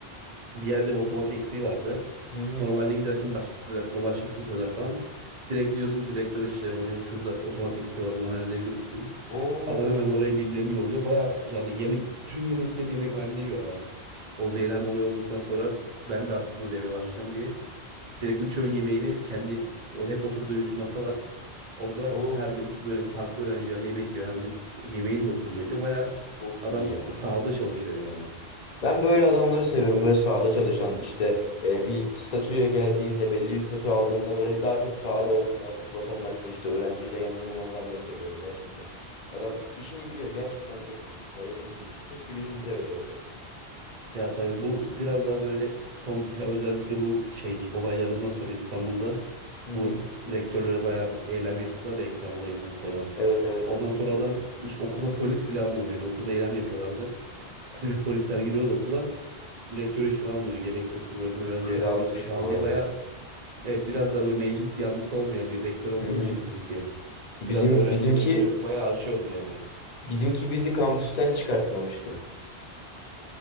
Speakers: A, on the right (about 45°); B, on the left (about 50°).
A: bir yerde bir otomat eksiği vardı.
B: hı hı.
A: Normalde gidersin başkası söylerse o başkası söyler falan. Direkt diyorsun ki rektör işte hocam şurada otomat eksiği var bunu halledebilir misiniz?
B: Oo,
A: Adam hemen oraya birilerini yolluyor. Baya yani yemek tüm yemeklerini yemek halinde yiyor adam. O zeylem olayı olduktan sonra ben de artık burada yemeye başlayacağım diye. Direkt üç öğün yemeğini kendi o hep oturduğu masa var. Orada
B: oo,
A: her gün böyle farklı öğrencilerle yemek yiyor. Her gün yemeğini de okulda yiyor. Baya
B: çok
A: adam
B: iyi ya.
A: sahada çalışıyor yani.
B: Ben böyle adamları seviyorum. Böyle sahada çalışan işte e, bir statüye geldiğinde belli bir statü aldığında böyle daha çok sahada olan daha çok vatandaşla işte öğrenciyle yan yana olan adamları seviyorum gerçekten. Adam işini biliyor. Gerçekten çok iyi. Bayıldım bu işe. Keşke bizimki de öyle olsa.
A: Ya tabii bu biraz daha böyle son ya özellikle bu şey olaylarından sonra İstanbul'da
B: Hı hı.
A: bu rektörlere bayağı eylem yaptılar ya Ekrem olayından sonra.
B: Evet evet.
A: Ondan sonra adam hiç okula polis bile almıyordu yani okulda eylem yapıyorlardı. <laughs> Polisler giriyordu okula rektörü içeri almıyordu gerek yoktu bırakın öğrenci
B: Kralmış
A: eylem yapsın falan
B: bu
A: diye
B: arada.
A: bayağı evet biraz daha böyle meclis yanlısı olmayan bir rektör olduğu
B: Hı hı.
A: için bizimki
B: Bizim
A: biraz da öğrencinin
B: bizimki
A: önünü bayağı açıyordu yani.
B: bizimki bizi kampüsten çıkartmamıştı.